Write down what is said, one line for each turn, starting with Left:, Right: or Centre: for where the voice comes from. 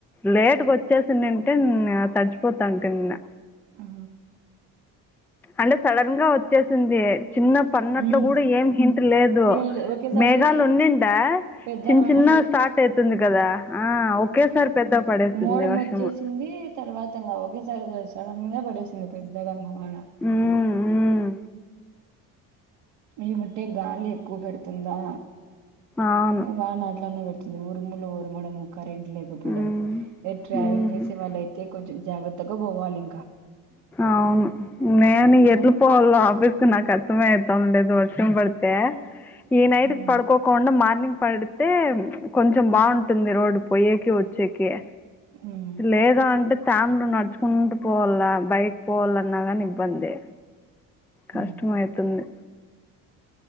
Centre: లేట్గా వచ్చేసినింటేన్ అ తడిచిపోతాంటే నిన్న
Right: ఆహ
Centre: అంటే సడన్ గా వచ్చేసింది చిన్న పన్నట్లు
Right: హ్మ్
Centre: కూడా ఏం హిట్ లే దు
Right: ఏం లే ఒకేసారి
Centre: మేఘాలు ఉనిండా
Right: పెద్ద
Centre: చిన్న
Right: వాన
Centre: చిన్న స్టార్ట్ అయితుంది కదా ఒకేసారి పెద్దగా పడేసింది
Right: మూడం
Centre: వర్షము
Right: వచ్చేసింది తర్వాత ఇంగ ఒకేసారి సడన్గా పడసింది ఇంగా పెద్దగా వాన
Centre: మ్మ్ మ్మ్
Right: ఏముంటే గాలి ఎక్కువ పెడుతుందా
Centre: అవును
Right: వానాట్లానే పెడుతుంది ఊరు ములు ఉరమడము కరెంట్ లేకపోవడం
Centre: మ్మ్
Right: ఎ ట్రావెల్
Centre: మ్మ్
Right: చేసే వాళ్ళయితే కొంచెం జాగ్రత్తగా పోవాలింకా
Centre: అవును నేను ఎటు
Right: ఆ
Centre: పోవాల్లో ఆఫీస్ కి నాకు అర్థమే అయితాం లేదు ర్షం పడితే ఈ నైట్
Right: ఉమ్
Centre: పడుకోకుండా మార్నింగ్ పడితే కొంచెం బాగుంటుంది రోడ్ పోయేకి వచ్చేకి
Right: ఉమ్
Centre: లేదా అంటే తాముడు నడుచుకుంటూ పోవాలా బైక్ పోవాలన్నా గాని ఇబ్బందే కష్టం
Right: ఉమ్
Centre: అయితుంది